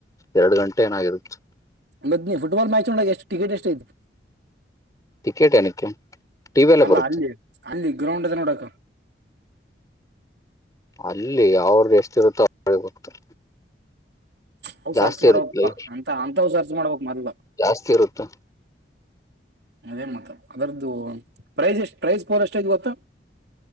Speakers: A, on the left (about 20°); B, on the right (about 70°).
A: ಎರಡು ಗಂಟೆ ಏನಾಗಿರುತ್ತೆ <inaudible>
B: ಮದ್ನಿ ಫುಟ್ಬಾಲ್ ಮ್ಯಾಚ್ ನೋಡಾಗ ಎಷ್ಟು ಟಿಕೆಟ್ ಎಷ್ಟ ಐತಿ
A: ಟಿಕೆಟ್ ಏನಕ್ಕೆ ಟಿವಿ ಅಲ್ಲೇ
B: ಅಲ್ಲ
A: ಬರುತ್ತೆ
B: ಅಲ್ಲಿ ಅಲ್ಲಿ ಗ್ರೌಂಡ್ ಎದ ನೋಡಕ್ಕ
A: ಅಲ್ಲಿ ಯಾವ್ರ ಎಷ್ಟ ಇರುತ್ತೋ ಳೆತ
B: ಅವು
A: ಜಾಸ್ತಿ
B: ಸರ್ಚ್ ಮಾಡ್ಬೇಕಪ್ಪಾ
A: ಇರುತ್ಲಿ
B: ಅಂತ ಅಂತವ್ ಸರ್ಚ್ ಮಾಡ್ಬೇಕ್ ಮೊದ್ಲ
A: ಜಾಸ್ತಿ ಇರುತ್ತ
B: ಅದೇ ಮಾತ್ರ ಅದರದ್ದು ಪ್ರೈಸ್್ ಎಷ್ಟ್ ಪ್ರೈಸ್್ ಫೋರ್ ಎಷ್ಟೇ ಗೊತ್ತಾ